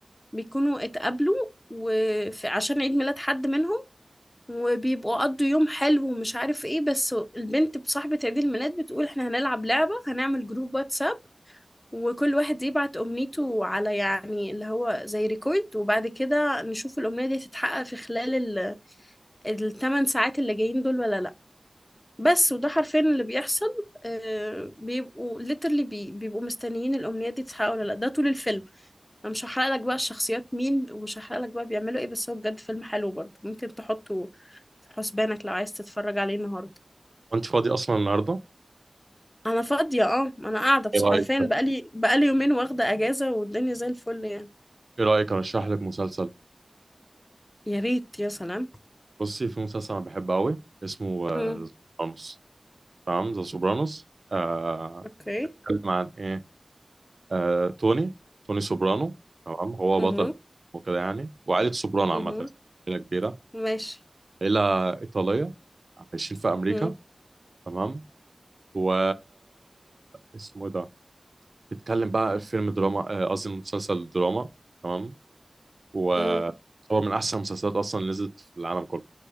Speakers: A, on the left (about 25°); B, on the right (about 60°).
A: بيكونوا اتقابلوا وفي عشان عيد ميلاد حد منهم وبيبقوا قضوا يوم حلو ومش عارف ايه بس البنت بصاحبة عيد الميلاد بتقول احنا هنلعب لعبة هنعمل جروب واتساب وكل واحد يبعت أمنيته على يعني اللي هو زي ريكورد وبعد كده نشوف الأمنية دي تتحقق في خلال ال- الثمان ساعات اللي جايين دول ولا لأ بس وده حرفيا اللي بيحصل آه بيبقوا literally بي بيبقوا مستنيين الأمنيات دي تتحقق ولا لأ ده طول الفيلم أنا مش هحرق لك بقى الشخصيات مين ومش هحرق لك بقى بيعملوا إيه بس هو بجد فيلم حلو برضه ممكن تحطه في حسبانك لو عايز تتفرج عليه النهاردة
B: وانت فاضي اصلا النهاردة
A: أنا فاضية أه أنا قاعدة بس
B: ايه رأيك
A: حرفيا بقالي بقالي يومين واخدة أجازة والدنيا زي الفل يعني
B: ايه رأيك ارشح لك مسلسل
A: يا ريت يا سلام
B: بصي في مسلسل انا بحبه قوي اسمه
A: امم
B: سوبرانوس تمام ذا سوبرانوس آه
A: أوكي
B: بيتكلم عن ايه آه، توني توني سوبرانو تمام هو
A: امم
B: بطل وكده يعني وعائلة سوبرانو
A: امم
B: عامة عائلة كبيرة
A: ماشي
B: عائلة إيطالية عايشين في أمريكا
A: امم
B: تمام و اسمه إيه ده بيتكلم بقى في فيلم دراما آه، قصدي مسلسل دراما تمام وهو
A: امم
B: من أحسن المسلسلات أصلا اللي نزلت في العالم كله